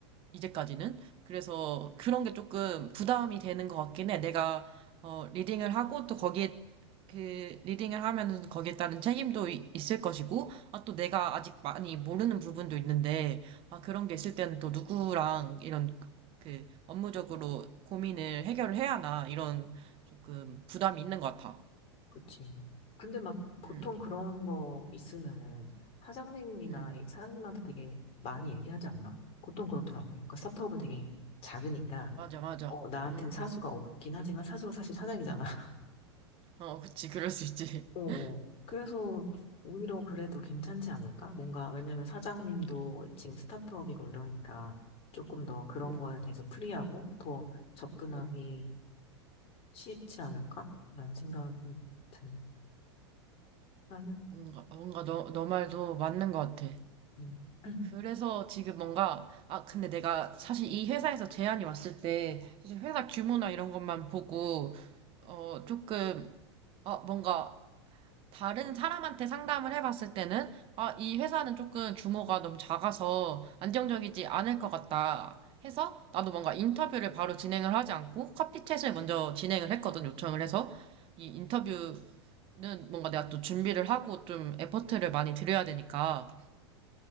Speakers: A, on the right; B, on the left.
A: 이제까지는. 그래서 그런 게 조금 부담이 되는 것 같긴 해. 내가, 어, 리딩을 하고 또 거기에, 그, 리딩을 하면은 거기에 따른 책임도 이- 있을 것이고, 아, 또 내가 아직 많이 모르는 부분도 있는데, 아, 그런 게 있을 때는 또 누구랑 이런, 그, 업무적으로 고민을 해결을 해야 하나, 이런 조금 부담이 있는 것 같아.
B: 그치. 근데 막 보통
A: 응,
B: 그런 거 있으면은 사장님이나
A: 응,
B: 이- 사장님한테 되게 많이 얘기하지 않나? 보통 그렇더라고. 그러니까 스타트업은 되게 작으니까
A: 맞아, 맞아.
B: 어, 나한텐
A: 응,
B: 사수가 없긴 하지만 사수가 사실 사장이잖아. <laughs>
A: 어, 그치, 그럴 수 있지.
B: 어, 어.
A: <laughs>
B: 그래서 오히려 그래도 괜찮지 않을까? 뭔가 왜냐면 사장님도 지금 스타트업이고 이러니까 조금 더 그런
A: 응,
B: 거에 대해서 프리하고 더 접근하기
A: 응.
B: 쉽지 않을까? 라는 생각이 드는 나는
A: 뭔가, 뭔가 너, 너 말도 맞는 것 같아.
B: 음. <clears throat>
A: 그래서 지금 뭔가, 아, 근데 내가 사실 이 회사에서 제안이 왔을 때, 사실 회사 규모나 이런 것만 보고, 어, 조금, 아, 뭔가, 다른 사람한테 상담을 해봤을 때는, 아, 이 회사는 조금 규모가 너무 작아서 안정적이지 않을 것 같다 해서, 나도 뭔가 인터뷰를 바로 진행을 하지 않고, 커피챗을 먼저 진행을 했거든, 요청을 해서. 이 인터뷰는 뭔가 내가 또 준비를 하고 좀 에포트를 많이 들여야 되니까.